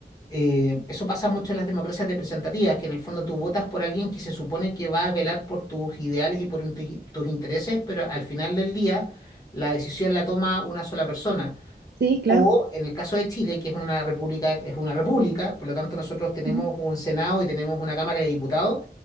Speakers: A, on the left; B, on the right.
A: eh, eso pasa mucho en las democracias representativas, que en el fondo tú votas por alguien que se supone que va a velar por tus ideales y por un- tus intereses, pero al final del día la decisión la toma una sola persona.
B: Sí, claro.
A: O en el caso de Chile, que es una república, es una república, por lo tanto nosotros tenemos
B: Ujú.
A: un Senado y tenemos una Cámara de Diputados,